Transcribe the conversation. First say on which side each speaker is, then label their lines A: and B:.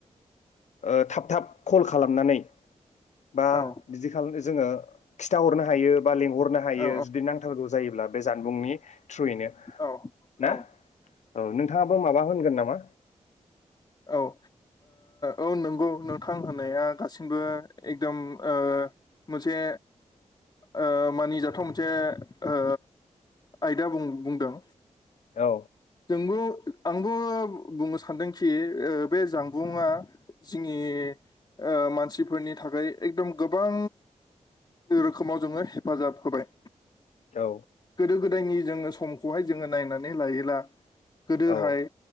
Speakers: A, on the left (about 70°); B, on the left (about 35°).
A: ओ थाब-थाब कल खालामनानै। बा
B: औ
A: बिदि खालामनो जोङो खिथाहरनो हायो बा लिंहरनो हायो।
B: औ
A: नांथारगौ जायोब्ला बे जानबुंनि थ्रुयैनो
B: औ
A: ना
B: औ
A: औ नोंथाङाबो माबा होनगोन नामा?
B: औ ओ औ नंगौ नोंथां होनाया गासिमबो एखदम ओ मोनसे ओ मानिजाथाव मोनसे ओ आयदा बुं-बुंदों
A: औ।
B: जोंबो आंबो बुंनो सानदोंखि ओ बे जानबुङा जोंनि ओ मानसिफोरनि थाखाय एकदम गोबां रोखोमाव जोङो हेफाजाब होबाय।
A: औ
B: गोदो गोदायनि जोङो समखौहाय जोङो नायनानै लायोला गोदोहाय
A: औ